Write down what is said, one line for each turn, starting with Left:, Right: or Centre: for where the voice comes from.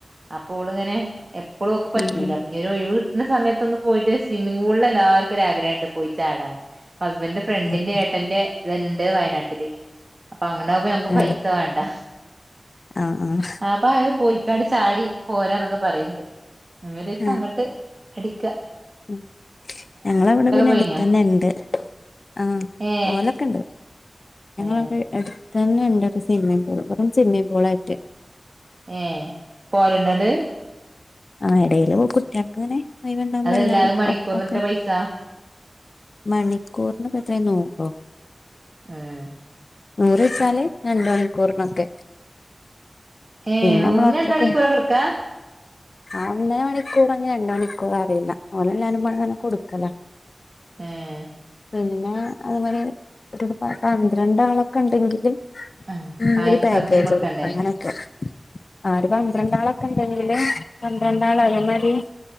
Right: അപ്പോൾ ഓൾ ഇങ്ങനെ എപ് ഇപ്പോളും ഓക്ക് പറ്റൂല്ല
Left: ഉം ഉം
Right: പിന്നെ ഒരു ഒഴിവ് കിട്ടുന്ന സമയത്തൊന്ന് പോയിട്ട് സ്വിമ്മിങ് പൂളില് എല്ലാർക്കും വാരാണ്ട് പോയി ചാടാന് ഹസ്ബന്റിന്റെ ഫ്രണ്ടിന്റെ
Left: ആഹ്
Right: ഏട്ടന്റെ ഇതുണ്ട് വയനാട്ടില്. അപ്പൊ അങ്ങനെ ആകുമ്പോ ഞങ്ങക്ക്
Left: ആഹ്
Right: പൈസ വേണ്ട.
Left: ആഹ് ആഹ്
Right: ആപ്പൊ അത് പോയിക്കാണ്ട് ചാടി പോരാന്നൊക്കെ പറയൂണ്ട്. ഞങ്ങ ഒരു ദിവസം
Left: ആഹ്
Right: അങ്ങാട്ട് അടിക്കാം.
Left: ഉം. ഞങ്ങളവിടെ പിന്നെ
Right: പോയിനിയോ
Left: അടുത്തന്നെ ഉണ്ട് ആ
Right: ഏ
Left: പോകലൊക്കെ ഉണ്ട്. ഞങ്ങളടെ
Right: ഏ
Left: അടുത്തന്നെ ഉണ്ടൊരു സ്വിമ്മിംഗ് പൂൾ വെറും സ്വിമ്മിംഗ് പൂൾ ആയിട്ട്.
Right: ഏഹ് പോരാണോയിട്.
Left: ആ ഇടയില് പോ കുട്ടികൾക്ക് ഇങ്ങനെ ഒഴിവ് ഉണ്ടാകുമ്പം.
Right: അതല്ല
Left: എല്ലാരും
Right: അത് മണിക്കൂറിന്
Left: ഒപ്പൊക്കെ
Right: എത്ര പൈസ
Left: മണിക്കൂറിന് എത്ര നൂറോ?
Right: ഏഹ്.
Left: നൂറ് വച്ചാലേ രണ്ട് മണിക്കൂറിനൊക്കെ.
Right: ഏ
Left: പിന്നെ
Right: നൂറിന്
Left: ഞമ്മ അത്രക്ക്
Right: രണ്ട് മണിക്കൂറൊക്കെ എടുക്കാ
Left: ആ ഒന്നേ മണിക്കൂറ്. പറഞ്ഞ് രണ്ട് മണിക്കൂർ അറിയില്ല <unintelligible> പണങ്ങനെ കൊടുക്കലാ.
Right: ഏഹ്.
Left: പിന്നെ അതു മാതിരി ഒരു പന്ത്രണ്ടാളൊക്കെ ഉണ്ടെങ്കില്.
Right: ആ
Left: ഉം
Right: ആയിരത്തി
Left: ഒരു പാക്കേജ്
Right: സംതിങ് കൊടുക്കണ്ടേ
Left: എടുക്കാം, അങ്ങനൊക്കെ ആ ഒരു പന്ത്രണ്ടാളക്കെ ഉണ്ടെങ്കില് പന്ത്രണ്ടാളായമാരി